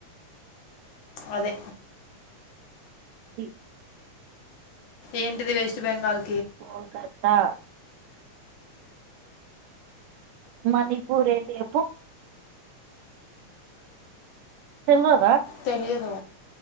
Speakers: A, on the left (about 75°); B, on the right (about 90°).
A: అదే
B: ఇ
A: ఏంటిది వెస్ట్ బెంగాల్
B: కోలకత్తా మణిపూర్ ఏంటి చెప్పు తెల్వదా
A: తెలియదు